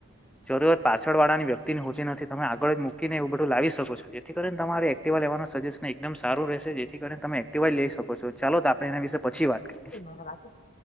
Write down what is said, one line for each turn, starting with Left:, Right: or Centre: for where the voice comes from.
Centre: જરૂરિયાત પાછળ વાળાની વ્યક્તિ ની હોચી નથી તમે આગળ જ મૂકીને એવ બધું લી શકો છો જેથી કરીને તમારે એક્ટીવા લેવાનું સેશન એકદમ સારું રહેશે જેથી કરીને તમે એક્ટિવાઈઝ લઈ શકો છો ચાલો તો આપણે એના વિશે પછી વાત કરીએ
Left: એ મારા વાકી છે